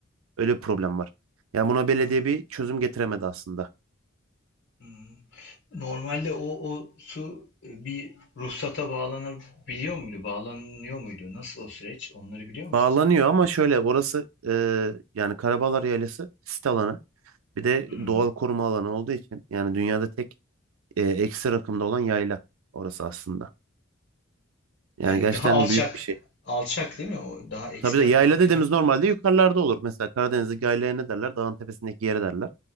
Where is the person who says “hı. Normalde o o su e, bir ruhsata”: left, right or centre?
Left